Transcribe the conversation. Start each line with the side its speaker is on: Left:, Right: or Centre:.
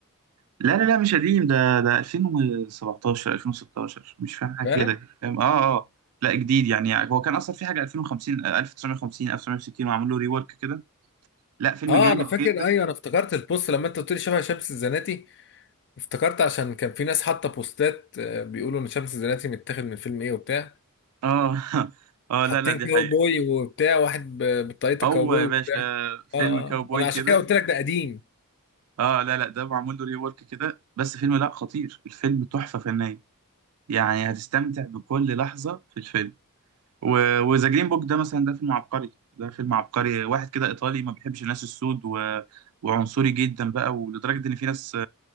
Right: لا لا لا مش قديم ده ده 2017 2016 مش فاهم حاجه
Left: فعلا
Right: كده فاهم اه اه لا جديد يعني هو كان اصلا في حاجه 2050 آه، 1950 1960 وعملوا له ريورك كده لا فيلم
Left: اه
Right: جامد
Left: انا فاكر
Right: جدا
Left: ايوه انا افتكرت البوست لما انت قلت لي شبه شمس الزناتي افتكرت عشان كان في ناس حاطه بوستات آه، بيقولوا ان شمس الزناتي متاخد من فيلم ايه وبتاع
Right: اه <laughs> اه
Left: حاطين
Right: لا لا دي
Left: كاوبوي
Right: حقيقة
Left: وبتاع واحد ب- بطاقية
Right: او
Left: الكاوبوي
Right: يا
Left: وبتاع
Right: باشا فيلم
Left: اه اه
Right: كاوبوي
Left: آه. انا عشان
Right: كده
Left: كده قلت لك ده قديم
Right: اه لا لا ده معمول له ريورك كده بس فيلم لا خطير الفيلم تحفه فنيه يعني هتستمتع بكل لحظه في الفيلم و... وذا جرين بوك ده مثلا ده فيلم عبقري ده فيلم عبقري واحد كده ايطالي ما بيحبش الناس السود و... وعنصري جدا بقى ولدرجه ان في ناس